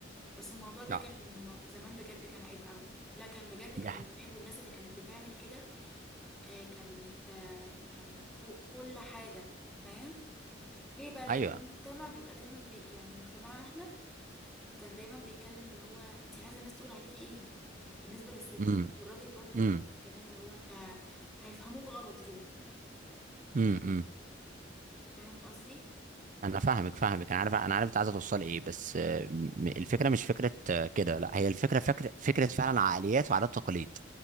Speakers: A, in the centre; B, on the right.
A: بس الموضوع ده
B: لا
A: كان م- زمان بجد كان عيب قوي لا كان بجد كان
B: دي ح-
A: زمان عيب والناس اللي كانت بتعمل كده آه، كانت آه، يعني فوق كل حاجة فاهم ليه بقى لان
B: ايوه
A: المجتمع بيبقى دايما بي يعني مجتمعنا احنا كان دايما بيتكلم اللي هو انت عايزة الناس تقول عليكي ايه بالنسبة للست
B: امم
A: والراجل برضو
B: امم
A: في نفس الكلام اللي هو انت هيفهموك غلط كده
B: امم امم
A: فاهم قصدي
B: انا فاهمك فاهمك انا عارف انا عارف انت عايزه توصلي ايه بس آه، م- الفكره مش فكره آه، كده لا هي الفكره فكره فكره فعلا عقليات وعادات وتقاليد